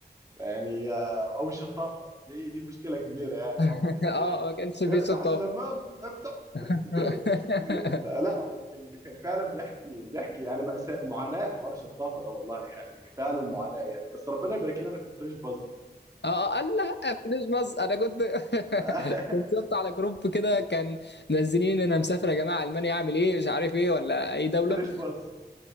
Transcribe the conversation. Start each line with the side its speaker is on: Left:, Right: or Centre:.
Right: يعني آه، او الشطافه دي دي مشكله كبيره يعني
Left: <laughs>
Right: برضه يعني
Left: اه
Right: إيه،
Left: ما كانش في
Right: افتح
Left: شطافة
Right: يا استاذ همام افتح
Left: <laughs>
Right: <laughs> فلا هو كان كان فعلا بيحكي بيحكي يعني مأساة معاناة حوار الشطافة ده والله يعني فعلا معاناة يعني بس ربنا يبارك لنا في فريش باز
Left: اه قال لا فلوس مصر انا كنت
Right: <laughs>
Left: <laughs> كنت شفت على جروب كده كان منزلين انا مسافر يا جماعه المانيا اعمل ايه مش عارف ايه ولا اي دوله
Right: فريش باز